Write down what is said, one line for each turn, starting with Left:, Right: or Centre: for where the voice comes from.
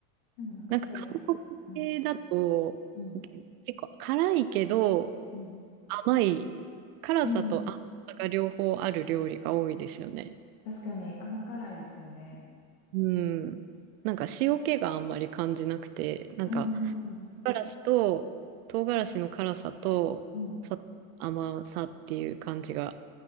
Left: でもなんかそれが、
Right: なんか韓国系だと
Left: うん、うん、
Right: 結構辛いけど
Left: うん、
Right: 甘い辛さと甘さが両方ある料理が多いですよね。
Left: うん、うん確かに甘辛いですよね。
Right: うん。なんか塩気があんまり感じなくて、なんか
Left: うん、うん
Right: 唐辛子と唐辛子の辛さとさ甘さっていう感じが。
Left: うん、うん。